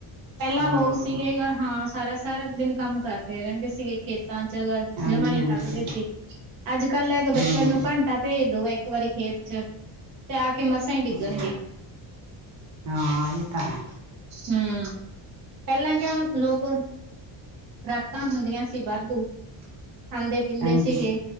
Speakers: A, on the right; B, on the right.
A: ਪਹਿਲਾਂ
B: ਹਮ
A: ਲੋਕ ਸੀਗੇ ਗਾ ਹਾਂ ਸਾਰਾ- ਸਾਰਾ ਦਿਨ ਕੰਮ ਕਰਦੇ ਰਹਿੰਦੇ ਸੀਗੇ ਖੇਤਾਂ 'ਚ,
B: ਹਾਂਜੀ
A: ਜਮਾ ਨਹੀਂ
B: ਹਾਂਜੀ
A: ਥਕਦੇ ਸੀ। ਅੱਜ ਕੱਲ ਲੈਕੇ ਬੱਚਿਆਂ
B: ਹਮ
A: ਨੂੰ, ਘੰਟਾ ਭੇਜ ਦੋ ਇੱਕ ਵਾਰੀ ਖੇਤ 'ਚ ਤੇ ਆ ਕੇ ਮਸਾਂ ਹੀ ਡਿੱਗਣਗੇ।
B: ਹਮ ਹਾਂ ਇਹ ਤਾਂ ਹੈ
A: ਹਮ, ਪਹਿਲਾਂ ਕਿਉਂ ਲੋਕ ਖਰਾਕਾਂ ਹੁੰਦੀਆਂ ਸੀ ਵਾਧੂ, ਖਾਂਦੇ ਪੀਂਦੇ
B: ਹਾਂਜੀ
A: ਸੀਗੇ